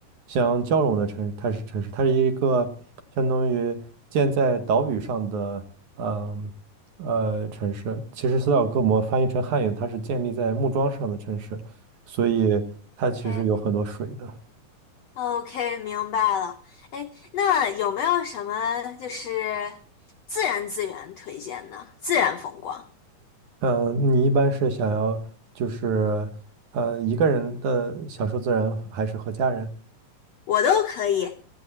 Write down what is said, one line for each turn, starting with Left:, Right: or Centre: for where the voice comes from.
Right: 相交融的城市，它是城市，它是一个相当于建在岛屿上的。嗯，呃城市。其实斯德哥尔摩翻译成汉语，它是建立在木桩上的城市，所以它其实有很多水的。
Left: OK OK，明白了。哎，那有没有什么就是自然资源推荐呢？自然风光
Right: 嗯，你一般是想要就是呃一个人的享受自然，还是和家人？
Left: 我都可以，